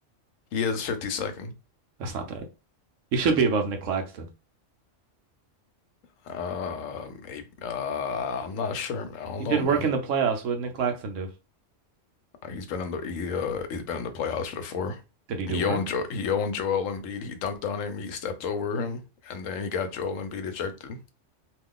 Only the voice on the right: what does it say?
<laughs> That's not bad. He should be above Nick Claxton.
He
did
work in the playoffs. What did Nick Claxton do?
Did he do
work?